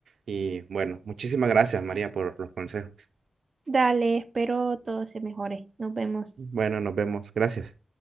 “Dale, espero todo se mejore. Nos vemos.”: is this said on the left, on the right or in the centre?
Right